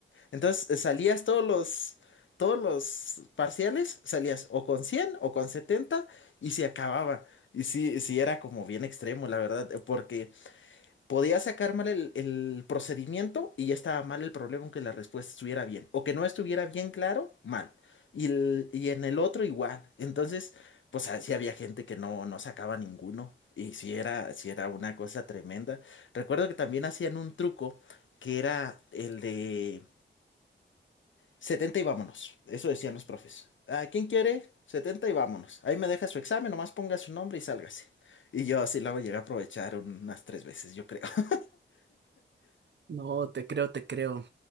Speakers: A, on the left; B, on the right.
A: Entonces eh, salías todos los, todos los parciales, salías o con 100 o con 70 y se acababa. Y sí, sí era como bien extremo, la verdad, eh, porque podía sacar mal el, el procedimiento y ya estaba mal el problema aunque la respuesta estuviera bien. O que no estuviera bien claro, mal. Y, el- y en el otro igual. Entonces, pues así había gente que no, no sacaba ninguno. Y sí era, sí era una cosa tremenda. Recuerdo que también hacían un truco que era el de Setenta y vámonos. Eso decían los profes. ¿A quién quiere? 70 y vámonos. Ahí me deja su examen, nomás ponga su nombre y sálgase. Y yo así lo llegué a aprovechar unas tres veces, yo creo. <laughs>
B: no, te creo, te creo.